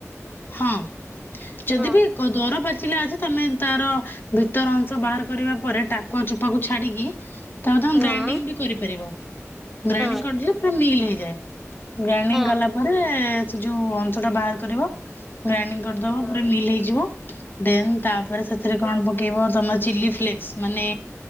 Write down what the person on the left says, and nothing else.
ହଁ ଯଦି
ବି ଦର ପାଚିଲା ଅଛି ତମେ ତାର ଭିତର ଅଂଶ ବାହାର କରିବା ପରେ ଟାକୁଆ ଚୋପା କୁ ଛାଡିକି ତାକୁ ତମେ
ଗ୍ରାଇଣ୍ଡିଙ୍ଗ ବି କରିପାରିବ। ଗ୍ରାଇଣ୍ଡିଙ୍ଗ
କରିଦେଲ ସେଟା ମିଲ ହେଇଯାଏ। ଗ୍ରାଇଣ୍ଡିଙ୍ଗ
କଲା ପରେ ସେ ଯୋଉ ଅଂଶ ଟା ବାହାର କରିବ ଗ୍ରାଇଣ୍ଡିଙ୍ଗ କରିଦବ ପୁର ମିଲ ହେଇଯିବ। ଦେନ ତାପରେ ସେଥିରେ କଣ ପକ୍ କି ୱ ତମ ଚିଲି ଫ୍ଲେକ୍ସ ମାନେ